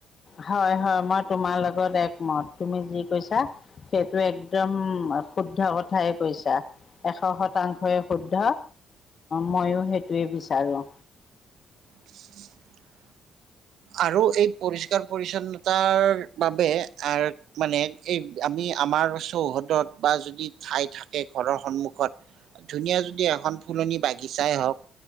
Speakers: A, on the left (about 50°); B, on the right (about 70°).
A: হয় হয় মই তোমাৰ লগত একমত তুমি যি কৈছা, সেইটো একদম শুদ্ধ কথাই কৈছা। এশ শতাংশই শুদ্ধ ময়ো সেইটোৱে বিচাৰোঁ।
B: <inaudible> আৰু এই পৰিষ্কাৰ পৰিচ্ছন্নতাৰ বাবে আৰ মানে এই আমি আমাৰ চৌহদত বা যদি ঠাই থাকে ঘৰৰ সন্মুখত ধুনীয়া যদি এখন ফুলনি বাগিচাই হওক।